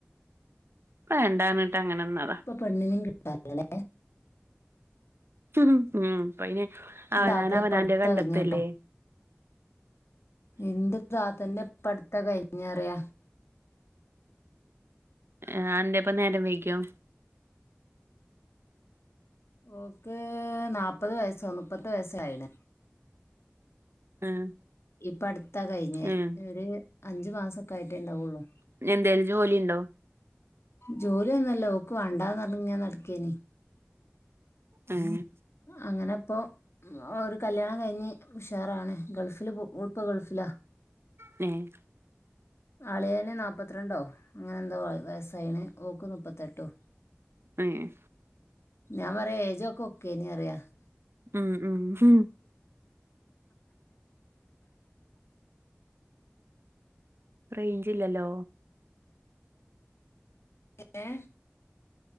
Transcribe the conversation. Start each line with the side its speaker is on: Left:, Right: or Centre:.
Right: ഇപേണ്ടാർണ് ട്ട് അങ്ങനെ നിന്ന്താ
Left: ഇപ്പൊ പെണ്ണിനിം കിട്ടാല്ലലേ
Right: ഉംഉം ഇപ്പ ഐന്
Left: ഇന്റെ
Right: അവനാന്
Left: താത്ത
Right: അവനാന്റെത്
Left: ഇപ്പട്ത്താ
Right: കണ്ടെത്ത്ല്ലേ
Left: കഴിഞ്ഞേട്ടോ ഇന്റെ താത്തന്റെ ഇപ്പട്ത്താ കൈഞ്ഞ് അറിയാ
Right: ആഹ് അന്റെപ്പം നേരം വൈകിയോ
Left: ഓക്ക് നാപ്പത് വയസ്സോ നുപ്പത്തെട്ട് വയസ്സോ ആയിണ്
Right: ഏഹ്
Left: ഇപ്പട്ത്താ കയിഞ്ഞ്
Right: ഏഹ്
Left: ഇഒര് അഞ്ച്മാസൊക്ക ആയിട്ടേ ഇണ്ടാവാെള്ളു
Right: ഇഞ്ഞെന്തേലും ജോലി ഇണ്ടോ
Left: ജോലിയൊന്നുംല്ല ഓക്ക് വാണ്ടാന്നർണ് ഇങ്ങനെ നടക്കേന്നെ
Right: അങ്ങനെ
Left: അങ്ങനെപ്പൊ ഉം ഒര് കല്യാണം കയിഞ്ഞ് ഉഷാറാണ് ഗൾഫില് പൊ ഓള് ഇപ്പൊ ഗൾഫിലാ
Right: നേ
Left: അളിയേന് നാപ്പത്രണ്ടോ അങ്ങനെ എന്തോ വയ വയസ്സായിണ് ഓക്ക് നുപ്പത്തെട്ടും
Right: ഏയ്‌
Left: ഞാൻ പറയാ ഏജാെക്കെ ഒക്കേ നെറ്യയ
Right: ഉം ഉം ഹും റേഞ്ച് ഇല്ലല്ലോ?
Left: ഏന്നെ